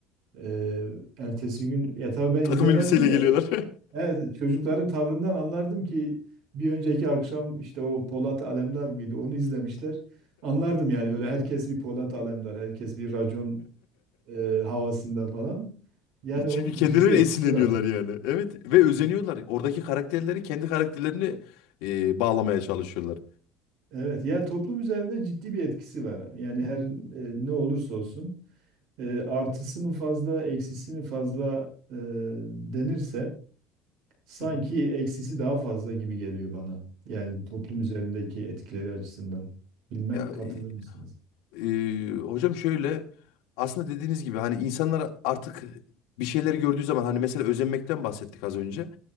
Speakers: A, on the right (about 60°); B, on the left (about 80°).
A: Ee, ertesi gün ya tabii
B: <laughs>
A: ben
B: Takım
A: izlemezdim
B: elbiseyle
A: de
B: geliyorlar.
A: evet çocukların tavrından anlardım ki bir önceki akşam işte o Polat Alemdar mıydı onu izlemişler. Anlardım yani böyle herkes bir Polat Alemdar, herkes bir racon e, havasında falan. Yani
B: <laughs>
A: onun
B: Çünkü kendileri
A: ciddi etkisi
B: esinleniyorlar
A: var.
B: yani. Evet ve özeniyorlar. Oradaki karakterleri kendi karakterlerini e, bağlamaya çalışıyorlar.
A: Evet, ya toplum üzerinde ciddi bir etkisi var. Yani
B: Hı
A: her e, ne olursa olsun e, artısı mı fazla, eksisi mi fazla e, denirse sanki
B: hı.
A: eksisi daha fazla gibi geliyor bana. Yani toplum üzerindeki etkileri açısından. Bilmem
B: Ya,
A: katılır
B: e,
A: mısınız?
B: Ee, hocam şöyle aslında dediğiniz gibi hani insanlar artık bir şeyleri gördüğü zaman hani mesela özenmekten bahsettik az önce.